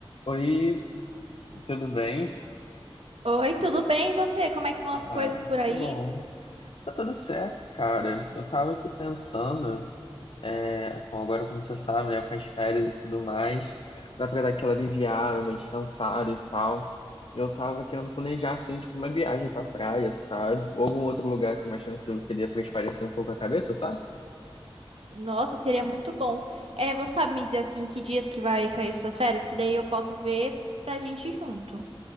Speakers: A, on the left; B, on the right.
A: Oi, tudo bem?
B: Oi, tudo bem? E você? Como é que vão
A: Ah,
B: as coisas por aí?
A: que bom. Tá tudo certo, cara. Eu tava aqui pensando, é, com- agora como você sabe, né, com as férias e tudo mais, dá pra dar aquela aliviada, uma descansada e tal. Eu tava querendo planejar, assim, tipo, uma viagem pra praia, sabe? Ou algum outro lugar, assim, mais tranquilo, que dê pra espairecer um pouco a cabeça, sabe?
B: Nossa, seria muito bom. É, você sabe me dizer assim que dias que vai cair suas férias? Que daí eu posso ver pra gente ir junto.